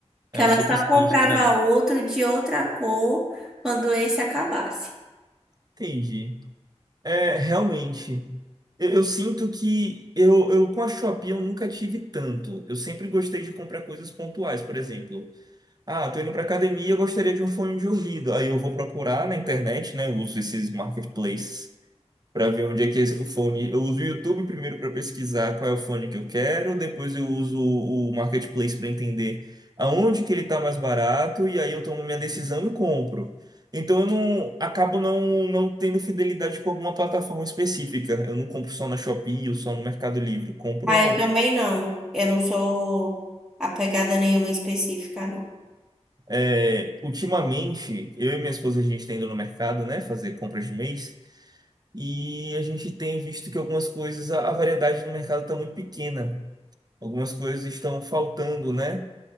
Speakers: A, in the centre; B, on the right (about 35°).
A: que
B: É
A: ela
B: o suficiente
A: só comprava
B: da era.
A: outro de outra cor quando esse acabasse.
B: Entendi. É, realmente. Eu, eu sinto que eu, eu com a Shopee eu nunca tive tanto. Eu sempre gostei de comprar coisas pontuais, por exemplo. Ah, tô indo pra academia, eu gostaria de um fone de ouvido. Aí eu vou procurar na internet, né? Eu uso esses marketplaces para ver onde é que esse- o fone. Eu uso o YouTube primeiro para pesquisar qual é o fone que eu quero, depois eu uso o Marketplace para entender aonde que ele está mais barato e aí eu tomo minha decisão e compro. Então eu não acabo não, não tendo fidelidade com alguma plataforma específica. Eu não compro só na Shopee ou só no Mercado Livre. Eu compro
A: Ah,
B: aonde?
A: eu também não. Eu não sou apegada a nenhuma específica, não.
B: É, ultimamente, eu e minha esposa a gente está indo no mercado, né, fazer compras de mês. E a gente tem visto que algumas coisas, a a variedade do mercado está muito pequena. Algumas coisas estão faltando, né?